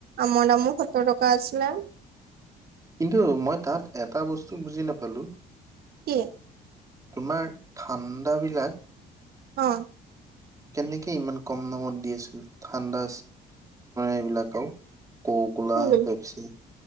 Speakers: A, on the right; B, on the right.
A: আমৰ দামো সত্তৰ টকা আছিলে
B: কিন্তু মই তাত এটা বস্তু বুজি নাপালো
A: কি
B: তোমাৰ ঠাণ্ডা বিলাক
A: অ
B: কেনেকে ইমান কম দামত দি আছিল ঠাণ্ডা এইবিলাকও ককৌকলা
A: কোনবিল
B: পেপচি